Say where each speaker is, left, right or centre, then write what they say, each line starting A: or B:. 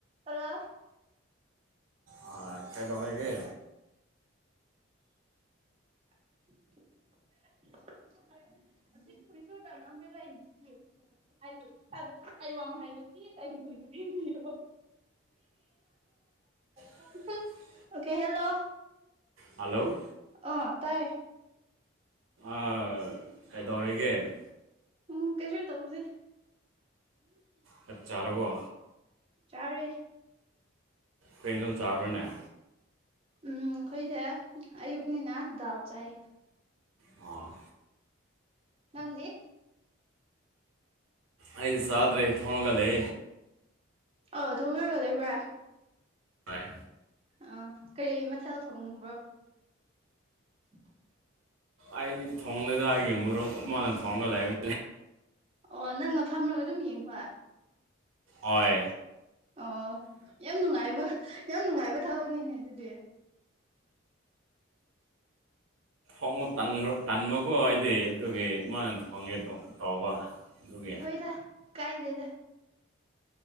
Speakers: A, on the right; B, on the right.
A: hello
B: ꯑꯥ ꯀꯩꯗꯧꯔꯒꯦ
A: <inaudible> <unintelligible> <inaudible> ꯍꯥꯏꯌꯨ ꯑꯩ ꯋꯥꯃ ꯍꯥꯏꯒꯦ ꯄꯨꯂꯤꯁ ꯑꯩꯒꯤ ꯄꯨꯂꯤꯁꯇ ꯐꯦꯡꯕꯤꯌꯨ
B: <unintelligible>
A: <unintelligible> ꯑꯣꯀꯦ ꯍꯦꯜꯂꯣ
B: ꯍꯂꯣ
A: ꯑꯥ ꯇꯥꯏꯌꯦ
B: ꯥ ꯀꯩꯗꯧꯔꯒꯦ
A: ꯎꯝ ꯀꯩꯁꯨ ꯇꯧꯕꯅꯦꯦ
B: ꯆꯞ ꯆꯥꯔꯕ
A: ꯆꯔꯦ
B: ꯀꯩꯇꯝ ꯆꯥꯎꯔꯅꯦ
A: ꯎꯝ ꯑꯩꯈꯣꯏꯁꯦ ꯑꯌꯨꯛꯅꯤꯅ ꯗꯥꯜ ꯆꯥꯏ
B: ꯑꯣ
A: ꯅꯪꯗꯤ
B: ꯑꯩ ꯁꯥꯗ꯭ꯔꯦ ꯊꯉꯒꯂꯦ
A: ꯑꯧ ꯊꯧꯒꯔꯒ ꯂꯩꯕ꯭ꯔꯥ
B: ꯍꯣꯏ
A: ꯑ ꯀꯔꯤ ꯃꯊꯦꯜ ꯊꯣꯡꯕ꯭ꯔꯣ <unintelligible>
B: ꯑꯩꯗꯤ ꯊꯣꯡꯗꯦꯗꯒꯤ ꯃꯔꯨꯞ ꯃꯥꯅ ꯊꯣꯡꯉꯒ ꯂꯩꯥꯛ
A: ꯑꯣ ꯅꯪꯅ ꯐꯝꯃꯒ ꯑꯗꯨꯝ ꯌꯦꯡꯕ
B: ꯍꯣꯏ
A: ꯑꯣ ꯌꯥꯝ ꯅꯨꯡꯉꯥꯏꯕ ꯌꯥꯝ ꯅꯨꯡꯉꯥꯏꯕ ꯊꯕꯛꯅꯤꯅꯦ ꯑꯗꯨꯗꯤ
B: ꯣꯡꯕꯈ ꯇꯟꯕꯒꯣ ꯑꯩꯗꯤ ꯑꯗꯨꯒꯤ ꯃꯥꯅ ꯊꯣꯡꯉꯦ ꯇꯧꯕ ꯑꯗꯨꯒꯤ
A: ꯑꯣꯏꯣꯏꯗ ꯀꯥꯏꯗꯦꯗ